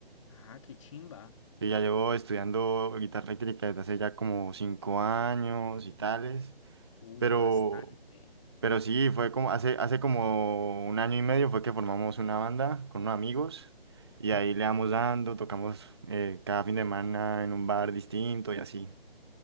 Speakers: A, on the left; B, on the right.
A: Ah, qué chimba.
B: Sí, ya llevo estudiando guitarra eléctrica desde hace ya como cinco años y tales,
A: Uy,
B: pero
A: bastante.
B: Pero sí, fue como hace, hace como un año y medio fue que formamos una banda con unos amigos y ahí le damos dando, tocamos eh, cada fin de semana en un bar distinto y así.